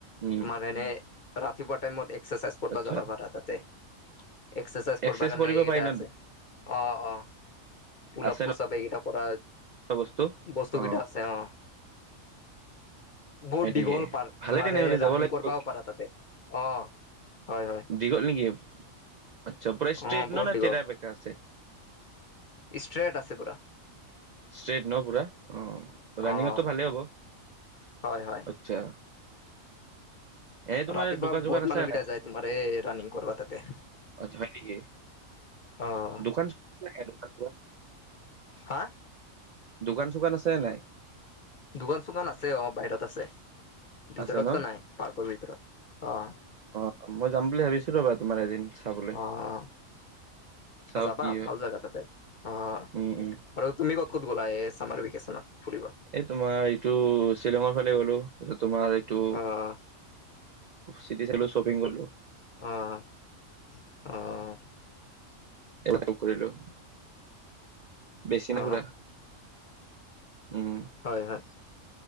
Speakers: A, on the right; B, on the left.
A: উম
B: তোমাৰ এনেই ৰাতিপুৱা টাইমত এক্সাৰচাইজ কৰিব
A: আচ্ছা
B: যাবা পাৰা। <inaudible> তাতে, এক্সেচাইজ
A: এক্সেছ
B: কৰ্বা কাৰণে
A: কৰিব
B: এইকেইটা
A: পাৰি ন
B: আছে অ', অ'। পোলাপ
A: আছে
B: পোচাপ
A: ন
B: এইকেইটা কৰা
A: বস্তু
B: বস্তু
A: অ
B: কেইটা আছে অ'। বহুত
A: হয় নেকি
B: দীঘল পাৰ্ক
A: ভালে
B: তোমাৰ
A: তেনেহ'লে
B: সেই
A: যাব
B: ৰাণিং
A: লাগিব
B: কৰবাও পাৰা তাতে অ'। হয় হয়
A: দীঘল নেকি আচ্ছা প্ৰাইষ্ট্ৰেইট
B: অ বহুত
A: না না
B: দীঘল
A: তেৰা বেকা আছে?
B: ষ্ট্ৰেট আছে পুৰা
A: ষ্ট্ৰেট ন পুৰা অ', ৰাণিঙতো
B: অ
A: ভালেই হ'ব আচ্ছা
B: হয় হয়
A: <inaudible> এনে তোমাৰ
B: ৰাতিপুৱা
A: দোকান চোকান
B: বহুত
A: আছে
B: মানুহকেইটা
A: নাই
B: যায় তোমাৰ এই ৰাণিং কৰব তাতে।
A: আত হয় নিকি?
B: অ'।
A: <unintelligible>
B: হা
A: দোকান চোকান আছে নাই?
B: দোকান চোকান আছে অ', বাহিৰত আছে। ভিতৰততো
A: আছে ন
B: নাই, পাৰ্কৰ ভিতৰত অ'।
A: অ', মই যাম বুলি ভাবিছিলোঁ বাৰু তোমাৰ এদিন চাবলৈ
B: অ',
A: চাও
B: অ', যাবা
A: কি হয়
B: ভাল জাগা তাতে অ', অ'।
A: উম উম
B: আৰু তুমি ক'ত ক'ত গ'লা এই ছামাৰ ভিকেশ্যনত ফুৰিব?
A: এ, তোমাৰ এইটো শ্বিলঙৰ ফালে গ'লো তাছত তোমাৰ এইটো
B: <unintelligible>
A: চিটি চাইিলো শপিং গলোঁ।
B: অ', অ'। অ', অ',
A: <unintelligible> ঘূৰিলো। বেছি না
B: অ
A: ঘুৰা উম,
B: হয় হয়